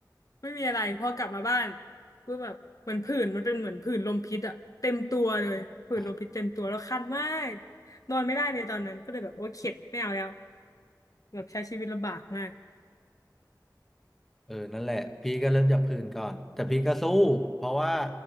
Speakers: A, on the left; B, in the centre.
A: ไม่มีอะไรพอกลับมาบ้านก็แบบเหมือนผื่นมันเป็นเหมือนผื่นลมพิษอะเต็มตัวเลยผื่นลมพิษเต็มตัวแล้วคันมาก
B: อ่ะ
A: นอนไม่ได้ในตอนนั้นก็เลยแบบโอ้เข็ดไม่เอาแล้วแบบใช้ชีวิตลำบากมาก
B: เออนั่นแหละพี่ก็เริ่มจากพื้นก่อนแต่พี่ก็สู้เพราะว่า